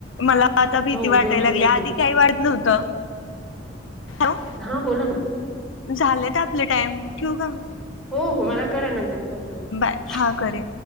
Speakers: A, on the left (about 80°); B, in the centre.
A: मला आता भीती
B: हो
A: वाटायला
B: दोन मुलं
A: लागली,
B: आहेत
A: आधी
B: मला
A: काही वाटत नव्हतं. हॅलो
B: हा बोला ना.
A: झालेत आपले टाइम ठेव का म?
B: हो हो मला करा नंतर कॉल तुम्ही.
A: बाय हा करेन.